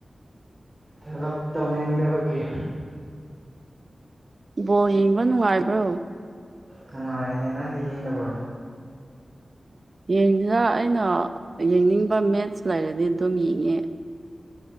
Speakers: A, on the right; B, on the right.
A: ꯊꯕꯛ ꯇꯧꯅꯤꯡꯗꯕꯒꯤ
B: ꯕꯣ ꯌꯦꯡꯕ ꯅꯨꯡꯉꯥꯏꯕ꯭ꯔꯣ
A: ꯅꯨꯡꯉꯥꯏꯅꯦ ꯅꯪꯗꯤ ꯌꯦꯡꯗꯕ꯭ꯔꯣ
B: ꯌꯦꯡꯗꯅ ꯑꯩꯅ ꯌꯦꯡꯅꯤꯡꯕ ꯃꯦꯠꯁ ꯂꯩꯔꯗꯤ ꯑꯗꯨꯝ ꯌꯦꯡꯉꯦ